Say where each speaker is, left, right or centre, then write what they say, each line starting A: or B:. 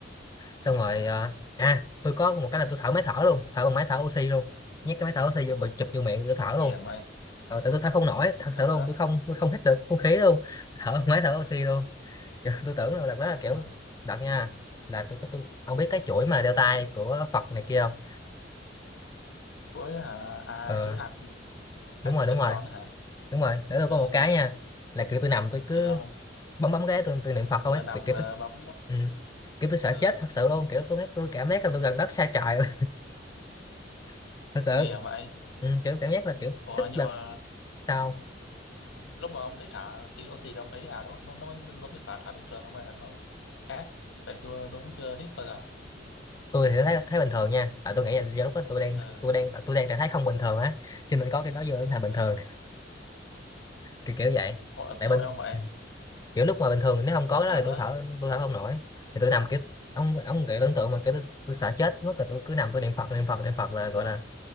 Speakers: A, on the left; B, on the left.
A: xong rồi
B: à
A: ờ, à tôi có một cái là tôi thở máy thở luôn thở bằng máy thở oxy luôn nhét cái máy thở oxy vô bịch chụp vô miệng tôi thở
B: nguy
A: luôn
B: hiểm vậy
A: ờ, tại tôi thở không nổi
B: ừ xong
A: thật
B: rồi sao
A: sự luôn
B: nữa
A: tôi không tôi không hít được không khí luôn thở bằng máy thở oxy luôn <laughs> Kiểu tôi tưởng là đó là kiểu
B: ừ
A: đợt nha là tôi, tôi ông biết cái chuỗi mà đeo tay của Phật này kia không
B: chuỗi hả à
A: ờ
B: chuỗi hạt
A: đúng
B: hạt
A: rồi đúng
B: tròn
A: rồi
B: tròn hả
A: đúng rồi để tôi có
B: ừ
A: một cái
B: xong rồi
A: nha là kiểu tôi nằm tôi cứ
B: ừ không
A: bấm bấm cái tôi tôi niệm Phật không
B: vừa
A: ấy
B: nằm
A: tôi kiểu
B: vừa
A: tôi
B: bấm
A: ừ. kiểu tôi sợ
B: ừ
A: chết thật sự luôn kiểu tôi tôi cảm giác là tôi gần đất xa trời luôn. <laughs> thật sự
B: nguy hiểm vậy
A: ừ. kiểu cảm giác là kiểu
B: ủa
A: sức
B: nhưng
A: lực
B: mà
A: sao
B: lúc mà ông hít thở khí oxy thì ông thấy là nó nó nó giống như thở thở bình thường không hay là nó khác tại tôi tôi cũng chưa hít bao giờ
A: tôi thì thấy thấy bình thường nha à, tôi nghĩ là do lúc đó tôi đang
B: ừ
A: tôi đang tôi đang trạng thái không bình thường á cho nên có cái đó vô đến thành bình
B: ừ
A: thường <laughs> kiểu kiểu vậy
B: tội
A: tại
B: tội
A: bình
B: ông vậy
A: kiểu lúc mà bình thường nếu không
B: rồi
A: có
B: mà
A: cái
B: sao
A: đó thì
B: nữa
A: tôi thở tôi thở không nổi thì tôi nằm kiểu ông ông kiểu tưởng tượng mà kiểu tôi, tôi sợ chết mất rồi tôi cứ nằm tôi niệm Phật niệm Phật niệm Phật là
B: Long
A: gọi là